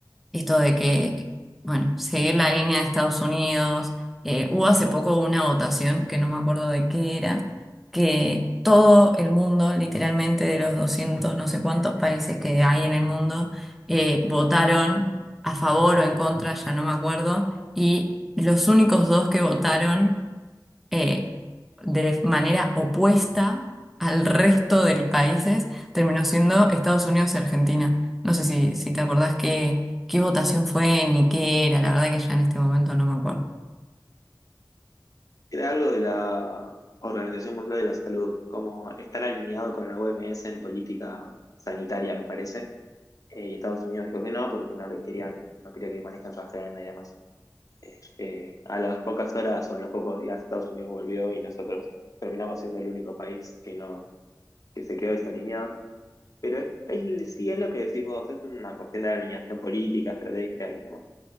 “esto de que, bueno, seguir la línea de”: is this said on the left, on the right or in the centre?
Centre